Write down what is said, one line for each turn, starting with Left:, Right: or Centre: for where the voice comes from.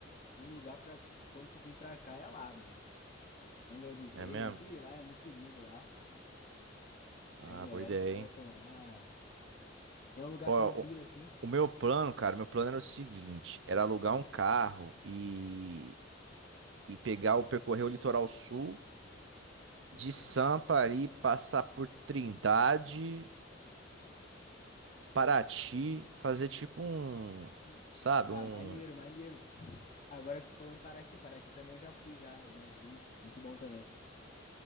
Left: um lugar pra quando tu vir pra cá é lá, mano. Angra dos Reis,
Right: É mesmo?
Left: e lá é muito lindo lá.
Right: Ah,
Left: As melhores
Right: boa ideia,
Left: praias
Right: hein?
Left: estão lá. E é um lugar
Right: Ó,
Left: tranquilo
Right: o,
Left: assim.
Right: o meu plano, cara, meu plano era o seguinte, era alugar um carro e e pegar o percorrer o litoral sul de Sampa ali, passar por Trindade, Paraty, fazer tipo um,
Left: Pô.
Right: sabe,
Left: Ah,
Right: um
Left: maneiro, maneiro. Agora que tu falou em Paraty, Paraty também eu já fui já algumas vezes. Muito bom também.